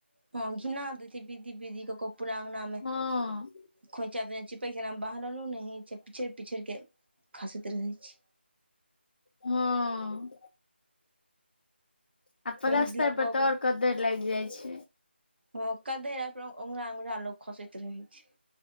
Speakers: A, on the right (about 60°); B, on the left (about 55°).
A: हँ घिना दय छैय विदीर-विदीर कऽके पुरा अंगना मे
B: हँ
A: खोइचा देने छैय पैघ अंगना बाहरलो नै होइ छैय। पीछैड़- पीछैड़ के खसैत रहै छी।
B: हँ। आ पलस्तर
A: मेहन्दी लगबबै
B: पर त और कद्दैर लाइग जाय छैय।
A: हँ कद्दे अय पर औंघरा-औंघरा लोक खसैत रहै छैय।